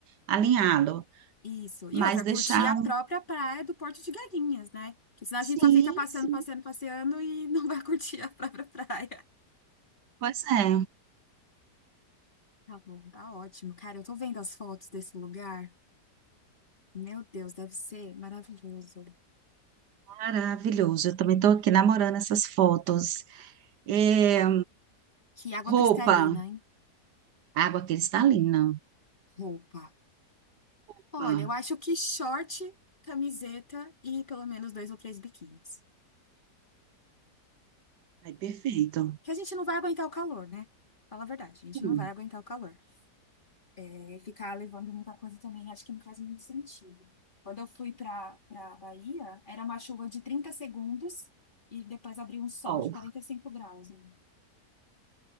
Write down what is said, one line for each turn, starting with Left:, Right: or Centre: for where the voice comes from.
Right: alinhado,
Left: isso. E
Right: mas
Left: outra,
Right: deixar.
Left: curtir a própria praia do Porto de Galinhas, né? Porque senão
Right: Sim,
Left: a gente só fica passeando,
Right: sim.
Left: passeando, passeando e não vai <laughs> curtir a própria praia.
Right: Pois é,
Left: Tá bom, tá ótimo. Cara, eu tô vendo as fotos desse lugar. Meu Deus, deve ser maravilhoso.
Right: maravilhoso. Eu também estou aqui namorando essas fotos. É,
Left: Que água
Right: roupa,
Left: cristalina, hein?
Right: água cristalina.
Left: Roupa.
Right: Opa,
Left: Olha, eu acho que short, camiseta e pelo menos dois ou três biquínis.
Right: Aí, perfeito.
Left: Que a gente não vai aguentar o calor, né? Fala a verdade, a gente
Right: Hum,
Left: não vai aguentar o calor. É, ficar levando muita coisa também, acho que não faz muito sentido. Quando eu fui para para Bahia, era uma chuva de 30 segundos e depois abriu um sol
Right: Sol.
Left: de 45 graus, né?